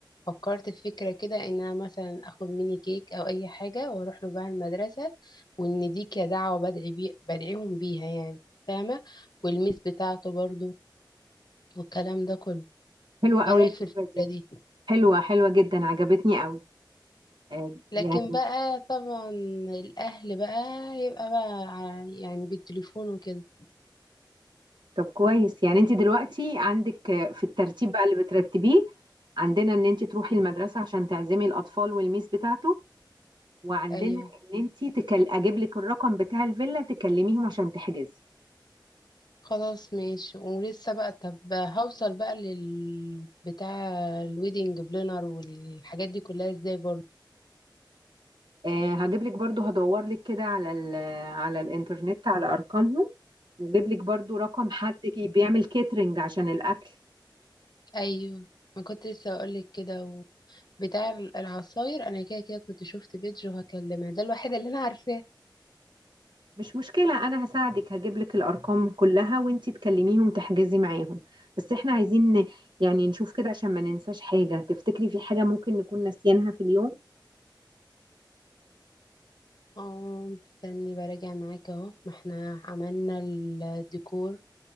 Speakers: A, on the left; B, on the right.
A: فكرت في فكرة كده إن أنا مثلا آخد ميني كيك أو أي حاجة وأروح له بقى المدرسة وإن دي كدعوة بدعي بي بدعيهم بيها يعني فاهمة والميس بتاعته برضو والكلام ده كله
B: حلوة قوي
A: إيه رأيك
B: الفكرة
A: في الفكرة
B: دي
A: دي؟
B: حلوة حلوة جدا عجبتني قوي آه، يعني
A: لكن بقى طبعا الأهل بقى يبقى بقى ع- يعني بالتليفون وكده
B: طب كويس يعني انت دلوقتي عندك آه، في الترتيب بقى اللي بترتبيه عندنا ان انت تروحي المدرسة عشان تعزمي الاطفال والميس بتاعته وعندنا
A: أيوه
B: ان انت تكل... اجيب لك الرقم بتاع الفيلا تكلميهم عشان تحجزي
A: خلاص ماشي ولسه بقى طب هوصل بقى لل بتاع الويدنج بلانر والحاجات دي كلها ازاي برضه
B: آه هجيب لك برضو هدور لك كده على ال على الانترنت على ارقامهم واجيب لك برضو رقم حد كي- بيعمل كاترينج عشان الاكل
A: ايوه ما كنت لسه اقولك كده و... بتاع العصاير انا كده كده كنت شفت بيج وهكلمها ده الوحيد اللي انا عارفاه
B: مش مشكلة انا هساعدك هجيب لك الارقام كلها وانتي تكلميهم تحجزي معاهم بس احنا عايزين ن- يعني نشوف كده عشان ما ننساش حاجة تفتكري في حاجة ممكن نكون ناسيينها في اليوم
A: اه استني براجع معاك اهو ما احنا عملنا الديكور